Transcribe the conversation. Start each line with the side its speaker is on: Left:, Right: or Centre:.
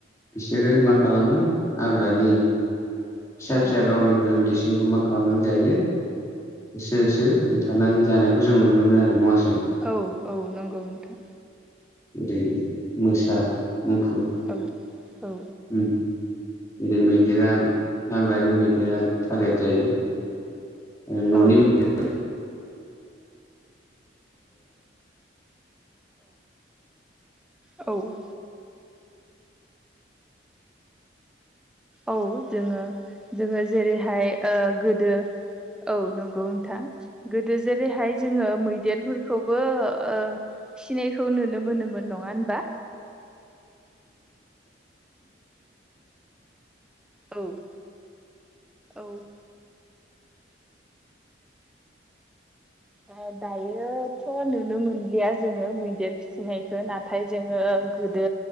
Left: बिसोरो मा खालामो हाग्रान उम फिसा
Centre: औ
Left: फिसा गावनिफ्राय उन्दैसिनि खौ मा खालामनानै जायो होसो होसो बुथारनानै जानायखौ जों नुनो मोनो आरो। नङास
Centre: औ औ नोंगौ नोंथां।
Left: दै मोसा मुफुर
Centre: औ औ
Left: उम जेरै मैदेरा हाग्रानि मैदेरा थालेद जायो ओ न'नि
Centre: औ
Left: <unintelligible>
Centre: औ औ। औ जोङो जोङो जेरैहाय ओ गोदो औ नंगौ नोंथां। गोदो जेरैहाय जोङो मैदेरफोरखौबो ओ फिसिनायखौ नुनो मोनोमोन। नङा होनबा? औ औ। दा दायोथ' नुनो मोनलिया जोङो मैदेर फिसिनायखो। नाथाय जोङो गोदो